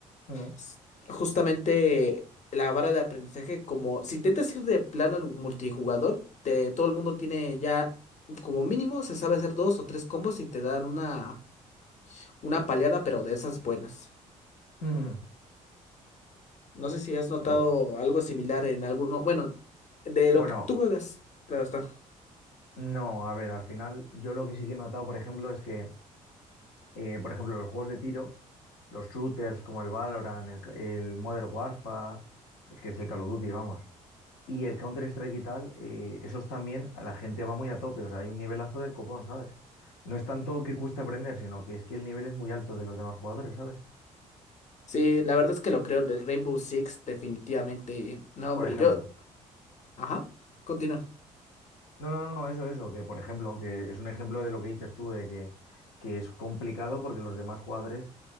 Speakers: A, on the left; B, on the left.
A: Mm,
B: S- Justamente la vara de aprendizaje, como si intentas ir de plano al multijugador, te- todo el mundo tiene ya como mínimo, se sabe hacer dos o tres combos y te dan una Una paleada, pero de esas buenas.
A: <laughs> mm.
B: No sé si has notado
A: Claro.
B: algo similar en alguno, bueno, de lo
A: Bueno,
B: que tú juegas, claro está.
A: no, a ver, al final yo lo que sí que he notado, por ejemplo, es que, eh, por ejemplo, los juegos de tiros, los shooters como el Valorant, el, el Modern Warfare, que es el Call of Duty, vamos, y el Counter-Strike y tal, eh, esos también a la gente va muy a tope, o sea, hay un nivelazo del copón, ¿sabes? No es tanto que cueste aprender, sino que es que el nivel es muy alto de los demás jugadores, ¿sabes?
B: Sí, la verdad es que lo creo, el Rainbow Six definitivamente. No, hombre,
A: Por ejemplo.
B: yo, ajá, continúa.
A: No, no, no, eso, eso, que por ejemplo, que es un ejemplo de lo que dices tú, de que, que es complicado porque los demás jugadores